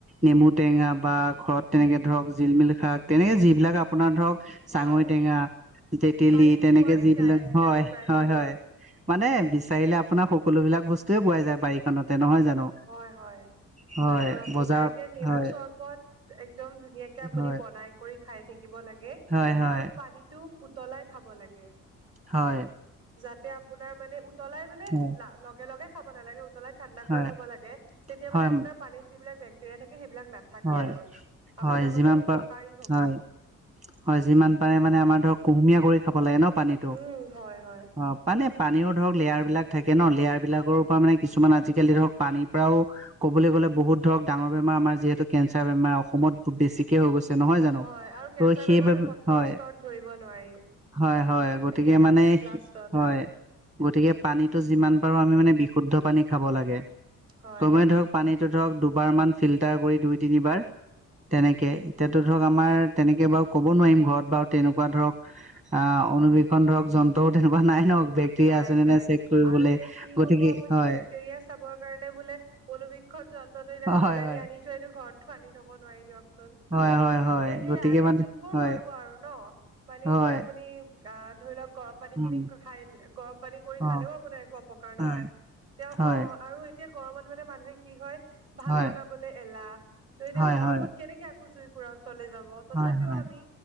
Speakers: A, on the right; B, on the right.
A: নেমু টেঙা বা ঘৰত তেনেকে ধৰক জিলমিল শাক তেনেকে যিবিলাক আপোনাৰ ধৰক চাঙৈ
B: হয়
A: টেঙা তেতিলী
B: বাৰীত
A: তেনেকে
B: পোৱাই
A: যিবিলাক
B: যায় আজিকালি
A: হয়,
B: প্ৰায়
A: হয়,
B: এইবোৰ
A: হয়। মানে বিচাৰিলে আপোনাৰ সকলো বিলাক বস্তুৱেই পোৱাই যায় বাৰীখনতে নহয় জানো।
B: হয়, হয়।
A: হয়
B: আৰু আপোনাৰ
A: বজাৰত
B: এতিয়া নেমু
A: হয়
B: চৰবত একদম ধুনীয়াকে আপুনি
A: হয়
B: বনাই কৰি খাই থাকিব লাগে
A: হয় হয়
B: আৰু পানীটো উতলাই খাব লাগে।
A: হয়।
B: যাতে আপোনাৰ মানে উতলাই মানে
A: হয়।
B: লগে, লগে খাব নালাগে, উতলাই ঠাণ্ডা কৰি
A: হয়
B: থ'ব লাগে, তেতিয়া
A: হয়
B: মানে আপোনাৰ পানীৰ যিবিলাক বেক্টেৰিয়াই সেয়া থাকে সেইবিলাক নাথাকে
A: হয়
B: আৰু,
A: হয়
B: আপোনাৰ
A: যিমান
B: বাবে উপকাৰী
A: পাৰ
B: হব।
A: হয় হয়, যিমান পাৰে মানে আমাৰ ধৰক কুহুমীয়া কৰি খাব লাগে ন পানীতটো,
B: উম হয় হয়
A: অ'। মানে পানীও ধৰক লেয়াৰ বিলাক থাকে ন, লেয়াৰ বিলাকৰ পৰা মানে কিছুমান আজিকালি ধৰক পানীৰ পৰাও ক'বলে গ'লে বহুত ধৰক ডাঙৰ বেমাৰ আমাৰ যিহেতু কেঞ্চাৰ বেমাৰ অসমত খুব বেছিকে হৈ গৈছে নহয় জানো,
B: হয় আৰু কেঞ্চাৰ
A: ত' সেইবাবে
B: বেমাৰটো প্ৰথম
A: হয়
B: স্তৰত ধৰিব নোৱাৰি
A: হয়, হয় গতিকে
B: একে লাখ
A: মানে
B: লাষ্টত
A: হয় গতিকে পানীতো যিমান পাৰো আমি মানে বিশুদ্ধ পানী খাব লাগে
B: হয়
A: চবেই ধৰক পানীটো ধৰক দুবাৰ মান ফিল্টাৰ কৰি দুই তিনিবাৰ তেনেকে এতিয়াতো ধৰক আমাৰ তেনেকে বাৰু ক'ব নোৱাৰিম ঘৰত বাৰু তেনেকুৱা ধৰক অ', অনুবীক্ষন ধৰক যন্ত্ৰও তেনেকুৱা নাই ন। বেক্টেৰিয়া
B: নাই,
A: আছে নে
B: নাই
A: চেক কৰিবলৈ
B: আৰু এতিয়া কি হ'ব
A: গতিকে
B: আপুনি
A: হয়
B: বেক্টেৰিয়া চাবৰ কাৰণে বোলে অনুবীক্ষণ যন্ত্ৰটো এতিয়া বিজ্ঞানী
A: হয় হয়
B: আনি থোৱটো ঘৰতটো আনি থব নোৱাৰি দিয়কচোন।
A: হয় হয় হয়
B: এতিয়া সেই
A: গতিকে
B: আমি
A: মানে
B: যোনবোৰ
A: হয়
B: পাৰো আৰু ন মানে
A: হয়
B: এতিয়া আপুনি আহ ধৰি লওক গৰম পানী
A: উম
B: খিনি খাই গৰম পানী কৰি খালেও
A: অ
B: আপোনাৰ একো অপকাৰ নহয়,
A: হয়
B: এতিয়া অ',
A: হয়
B: আৰু এতিয়া গৰমত মানে মানুহে কি হয়, ভাত
A: হয়
B: বনাবলৈ এলাহ, ত' এতিয়া
A: হয়
B: গৰমত
A: হয়
B: কেনেকে আকৌ জুই কুৰা ওচৰলে যাব। তথাপিও
A: হয় হয়
B: আমি